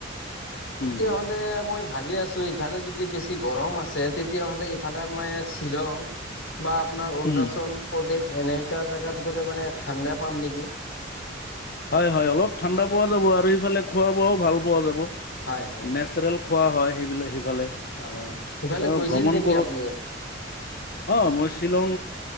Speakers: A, on the left; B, on the left.
A: উম
B: তেতিয়াহ'লে মই ভাবি আছো ইফালে যদি বেছি গৰম আছে তেতিয়াহ'লে ইফালে এয়া আমাৰ শ্বিলং। বা আপোনাৰ অৰুণাচল
A: উম
B: প্ৰদেশ। এনেকা জোগাত গ'লে মানে ঠাণ্ডা পাম নেকি।
A: হয়-হয়, অলপ ঠাণ্ডা পোৱা যাব, আৰু ইফালে খোৱা বোৱাও ভাল পোৱা যাব।
B: হয় হয়
A: নেচাৰেল খোৱা হয় সেইবিলাক সেইফালে।
B: অ'। সিফালে
A: আৰু
B: গৈছিল
A: ভ্ৰমণ
B: নেকি
A: কৰক,
B: আপুনি?
A: অ, মই শ্বিলং